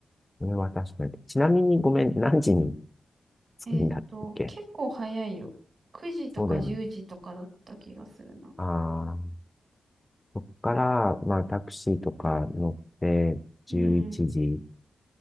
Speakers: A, on the left; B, on the right.
A: それは確かに。ちなみにごめん、何時に着くんだっけ
B: えっと、結構早いよ。9時とか10時とかだった気がするな。
A: そうだよね。ああ、そっから、まあタクシーとか乗って11時
B: うん。